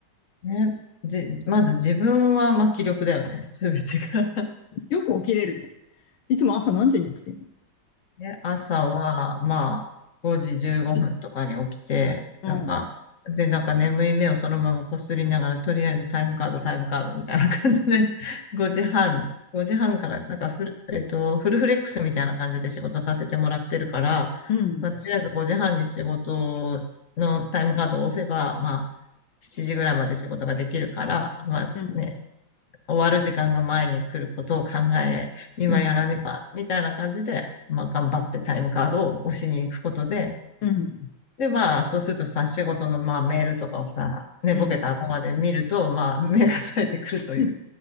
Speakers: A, on the left (about 45°); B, on the left (about 85°).
A: ね。じ、まず自分は、まあ気力だよね。すべてが
B: よく起きれるね。いつも朝何時に起きてんの
A: で、朝は、まあ、5時15分とかに起きて、
B: うん。
A: なんか、で、なんか眠い目をそのままこすりながら、とりあえずタイムカード、タイムカードみたいな感じで、<laughs> 5時半、5時半から、なんかフル、えっと、フルフレックスみたいな感じで仕事させてもらってるから、
B: うん。
A: まあ、とりあえず5時半に仕事のタイムカードを押せば、まあ、7時ぐらいまで仕事ができるから、まあね、
B: うん。
A: 終わる時間が前に来ることを考え、今やらねば、
B: うん。
A: みたいな感じで、まあ頑張ってタイムカードを押しに行くことで、
B: うん。
A: でまあそうするとさ、仕事のまあメールとかをさ、寝ぼけた頭で見ると、
B: うん。
A: まあ目が冴えてくるという。
B: うん。